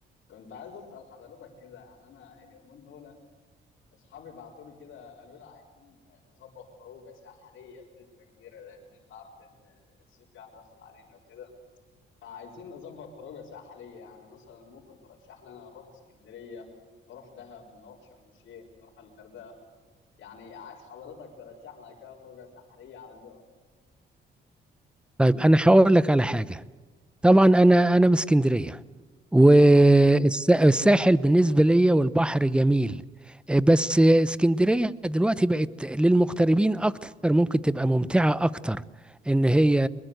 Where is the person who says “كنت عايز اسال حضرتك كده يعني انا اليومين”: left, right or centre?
Left